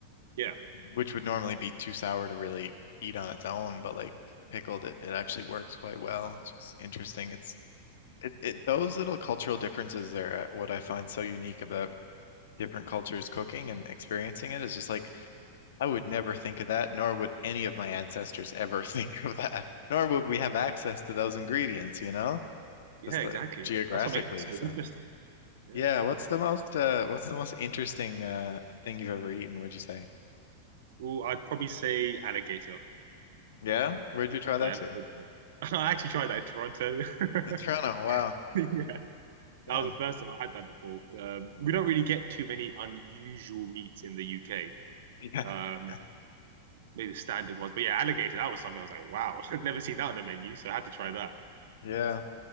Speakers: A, on the right (about 75°); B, on the left (about 80°).
A: Yeah,
B: which would normally be too sour to really eat on its own, but like pickled it, it actually works quite well. It's just interesting. It's it, it those little cultural differences there, uh, what I find so unique about different cultures cooking and experiencing it is just like I would never think of that, nor would any of my ancestors ever <laughs> think of that, nor would we have access to those ingredients, you know,
A: yeah,
B: just
A: exactly.
B: uh, geographically.
A: That's what makes it so
B: So,
A: interesting. Yeah.
B: yeah, what's the most uh what's the most interesting uh thing you've ever eaten, would you say?
A: Well, I'd probably say alligator.
B: Yeah? Where'd you try that
A: Yeah,
B: to?
A: <laughs> I actually tried that in Toronto. <laughs>
B: In Toronto. Wow.
A: Yeah,
B: Yeah.
A: that was the first time I had that before. Um, we don't really get too many unusual meats in the UK.
B: Yeah.
A: Um,
B: <laughs>
A: maybe the standard ones, but yeah, alligator, that was something I was like, wow, <laughs> I've never seen that on the menu, so I had to try that.
B: Yeah.